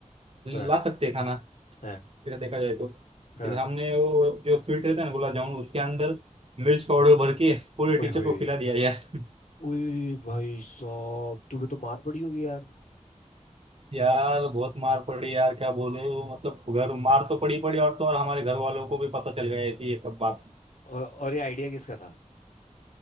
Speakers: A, on the left; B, on the right.
A: हाँ
B: ला सकते हैं खाना
A: हाँ
B: फिर देखा जाए तो
A: हाँ
B: फिर हमने वो जो स्वीट रहता है ना गुलाब जामुन उसके अंदर मिर्च पाउडर भर के पूरे टीचर
A: ओए होए
B: को खिला दिया यार
A: ओए भाई साहब तुम्हें तो मार पड़ी होगी यार
B: <laughs> यार बहुत मार पड़ी यार क्या बोलूं मतलब घर मार तो पड़ी पड़ी और तो और हमारे घर वालों को भी पता चल गया थी ये कब बात
A: और, और ये आइडिया किसका था